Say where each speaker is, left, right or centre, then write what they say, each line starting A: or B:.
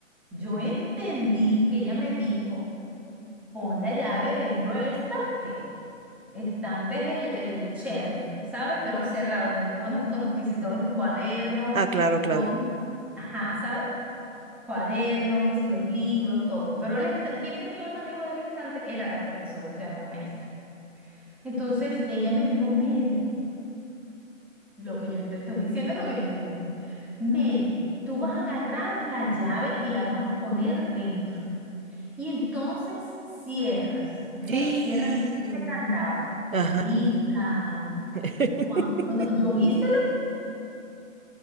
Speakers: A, in the centre; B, on the right (about 90°).
A: yo entendí que ella me dijo, pon la llave dentro del estante. Estante es el, el shelf, ¿sabes? Pero cerrado, donde tú pones como que si todos los cuadernos,
B: Ah, claro, claro.
A: todo, ajá, ¿sabes? cuadernos, que si los libros, todo. Pero el esta- quien tenía manejo del estante era la profesora, o sea, la maestra. Entonces ella me dijo, Mary, lo que yo ent- estoy diciendo es lo que yo entendí. Mary, tú vas a agarrar la llave y la vas a poner dentro. Y entonces cierras, ¿ok?
B: <gasps>
A: Cierras con este candado. Elisa,
B: Ajá, <laughs>
A: cuan- bueno, yo hice